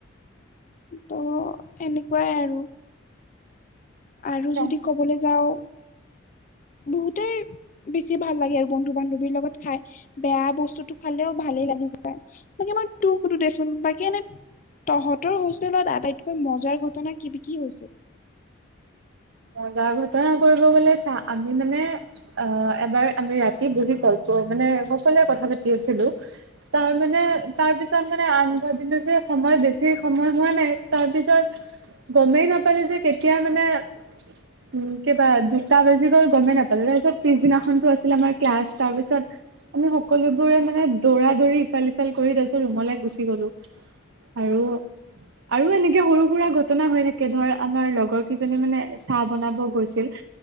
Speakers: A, on the left; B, on the right.
A: ত' এনেকুৱাই আৰু। আৰু
B: চা
A: যদি ক'বলৈ যাও বহুতেই বেছি ভাল লাগে আৰু বন্ধু বান্ধৱীৰ লগত খাই বেয়া বস্তুতটো খালেও ভালেই লাগি যায়। তাকে মই তোৰ সুধো দেচোন বাকী এনে তহঁতৰ হোষ্টেলত আটাইতকৈ মজাৰ ঘটনা কি কি হৈছিল?
B: মজা ঘটনা কৰিব গলে চা আমি মানে অ, এবাৰ আমি ৰাতি বহি গল্প মানে সকলোৱে কথা পাতি আছিলো। তাৰ মানে তাৰ পিছত মানে আমি ভাবিলো যে সময় বেছি সময় হোৱা নাই তাৰপিছত গমেই নাপালো যে কেতিয়া মানে উ <inaudible> উম, কিবা দুটা বাজি গ'ল গমে নাপালো তাৰ পিছত পিছদিনাখনো আছিলে আমাৰ ক্লাস তাৰ পিছত আমি সকলোবোৰে মানে দৌৰা দৌৰি ইফাল সিফাল কৰি তাৰ পিছত ৰুমলে গুচি গলো। আৰু - আৰু এনেকে সৰু সুৰা ঘটনা হৈ থকে ধৰ আমাৰ লগৰ কেইজনী মানে চাহ বনাব গৈছিল।